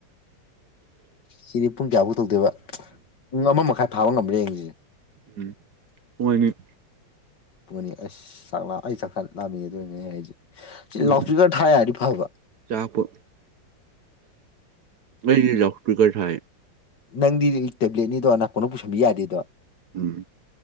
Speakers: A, on the left (about 65°); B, on the right (about 60°).
A: ꯁꯤꯗꯤ ꯄꯨꯡ ꯀꯌꯥꯐꯨꯛ ꯇꯧꯗꯣꯏꯦꯕ ꯄꯨꯡ ꯑꯃ ꯃꯈꯥꯏ ꯊꯥꯕ ꯉꯝꯕ꯭ꯔꯦ ꯌꯦꯡꯁꯤꯁꯦ
B: ꯎꯝ ꯍꯣꯏꯅꯤ
A: ꯄꯨꯅꯤ ꯑꯁ ꯁ ꯑꯩ ꯁꯛ ꯂꯥꯃꯤꯒꯗꯣꯏꯅꯦ ꯍꯥꯏꯁꯦ
B: ꯎꯝ
A: ꯂꯥꯎꯐꯤꯒ ꯊ ꯌꯥꯔꯤ ꯐꯕ
B: ꯆꯥꯛꯄ ꯑꯩ ꯂ ꯀꯁ
A: ꯅꯪꯗꯤ ꯇꯦꯕ꯭ꯂꯦꯠꯅꯤꯗꯣ ꯅꯅꯥ ꯀꯣꯟꯅ ꯄꯨꯁꯟꯕꯤ ꯌꯥꯗꯦꯗꯣ
B: ꯎꯝ